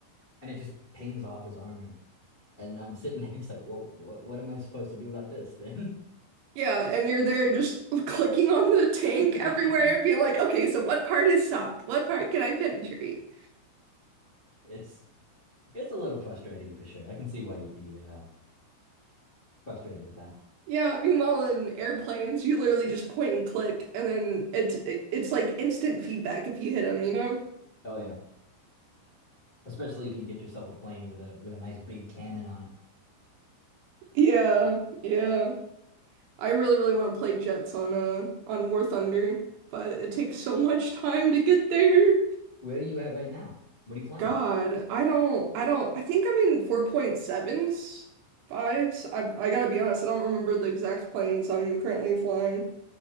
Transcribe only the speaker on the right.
Yeah, and you're there just <laughs> clicking on the tank
everywhere and being like, okay, so what part is soft? What part can I penetrate?
Yeah, meanwhile in airplanes, you literally just point and click, and then it's it's like instant feedback if you hit them, you know?
Yeah, yeah. I really, really want to play Jets on uh on War Thunder, but it takes so much time to get there.
God, I don't I don't I think I'm in 4.7s, fives. I I gotta be honest, I don't remember the exact planes I'm currently flying.